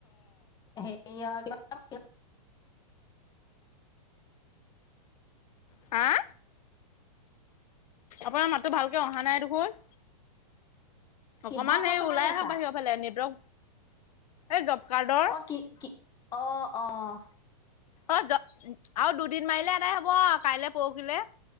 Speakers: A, on the left; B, on the left.
A: হেৰিয়ৰ কিবা <inaudible>
B: আ? আপোনাৰ মাতটো ভালকে অহা নাই দেখোন?
A: কিহৰ
B: অকমান
A: ফটো
B: সেই ওলাই
A: মাৰি আছা?
B: আহক বাহিৰৰ ফালে নেটৱৰ্ক এই জব কাৰ্ডৰ
A: অ', কি কি? অ', অ'।
B: অ' জ, আৰু দুদিন মাৰিলে এদাই হ'ব আ কাইলে পৰসিলে।